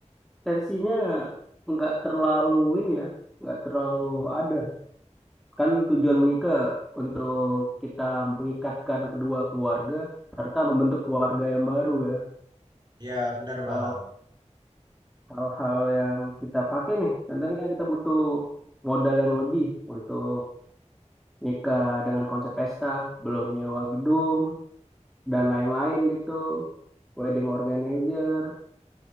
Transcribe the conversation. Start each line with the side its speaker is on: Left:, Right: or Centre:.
Centre: tensinya nggak terlalu ini ya, nggak terlalu ada. Kan tujuan menikah untuk kita mengikatkan kedua keluarga, serta membentuk keluarga yang baru ya.
Right: Ya benar,
Centre: Kalau
Right: Bang.
Centre: hal-hal yang kita pakai nih, contohnya kita butuh modal yang lebih untuk nikah dengan konsep pesta, belum nyewa gedung, dan lain-lain gitu, wedding organizer.